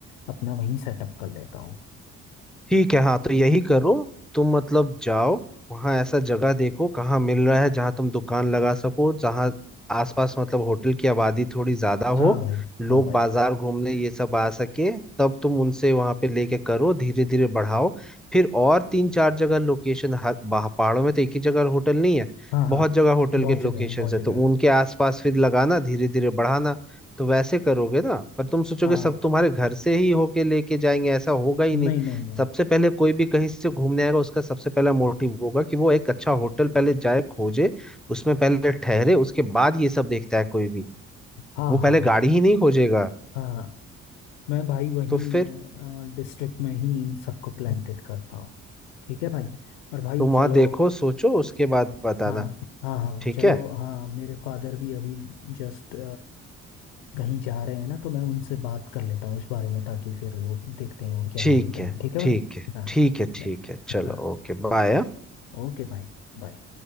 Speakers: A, on the left (about 85°); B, in the centre.
A: अपना वहीं सेटअप कर लेता हूँ
B: ठीक है हाँ तो यही करो तुम मतलब जाओ वहां ऐसा जगह देखो कहाँ मिल रहा है जहाँ तुम दुकान लगा सको जहाँ आसपास मतलब होटल की आबादी थोड़ी ज्यादा
A: हाँ
B: हो
A: भाई
B: लोग
A: हाँ भाई
B: बाजार घूमने ये सब आ सके तब तुम उनसे वहां पे लेके करो धीरे धीरे बढ़ाओ फिर और तीन चार जगह लोकेशन हर बाह- पहाड़ों में तो एक ही जगह होटल नहीं है
A: हाँ हाँ
B: बहुत जगह होटल
A: बहुत
B: के
A: जगह
B: लोकेशन
A: है बहुत जगह
B: है तो
A: है
B: उनके आसपास फिर लगाना धीरे धीरे बढ़ाना तो वैसे करोगे ना पर तुम सोचोगे
A: हाँ
B: सब तुम्हारे घर से ही होके लेके जाएंगे ऐसा होगा ही नहीं
A: नहीं नहीं नहीं
B: सबसे पहले कोई भी कहीं से घूमने आएगा उसका सबसे पहला मोटिव होगा कि वो एक अच्छा होटल पहले जाए खोजे उसमें पहले ठहरे उसके बाद ये सब देखता है कोई भी
A: हाँ
B: वो पहले
A: हाँ
B: गाड़ी
A: हाँ
B: ही नहीं खोजेगा
A: हाँ हाँ। मैं भाई वहीं
B: तो फिर
A: डिस्ट्रिक्ट में ही इन सबको प्लांटेड करता हूँ ठीक है भाई और भाई
B: तुम वहां
A: चलो
B: देखो सोचो उसके बाद बताना
A: हाँ हाँ हाँ
B: ठीक
A: चलो
B: है
A: हाँ मेरे फादर भी अभी जस्ट कहीं जा रहे हैं ना तो मैं उनसे बात कर लेता हूँ इस बारे में ताकि फिर वो देखते हैं वो क्या
B: ठीक
A: बोलते
B: है
A: हैं ठीक है
B: ठीक
A: भाई
B: है
A: हाँ
B: ठीक है ठीक
A: चल
B: है चलो
A: हाँ
B: ओके बाय
A: ओके भाई बाय